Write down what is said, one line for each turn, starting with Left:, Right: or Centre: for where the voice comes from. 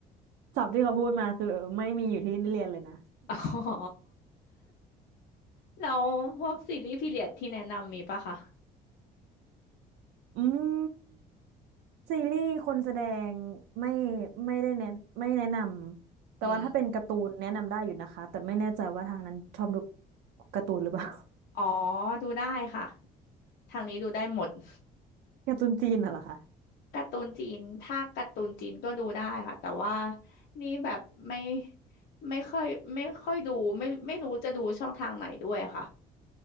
Right: ศัพท์ที่เขาพูดมาคือไม่มีอยู่ที่เรียนเลยนะ
Left: อ๋อ <laughs> แล้วพวกซีรีส์พีเรียดที่แนะนำมีป่ะคะ
Right: อืมซีรีส์คนแสดงไม่ไม่ได้แนะไม่แนะนำแต่ว่าถ้าเป็นการ์ตูนแนะนำได้อยู่นะคะแต่ไม่แน่ใจว่าทางนั้นชอบดู
Left: อืม
Right: การ์ตูนหรือเปล่า <laughs>
Left: อ๋อดูได้ค่ะ ทางนี้ดูได้หมด <laughs>
Right: การ์ตูนจีนน่ะเหรอคะ
Left: การ์ตูนจีน ถ้าการ์ตูนจีนก็ดูได้ค่ะ แต่ว่านี่แบบไม่ไม่ค่อยไม่ค่อยดูไม่ไม่รู้จะดูช่องทางไหนด้วยค่ะ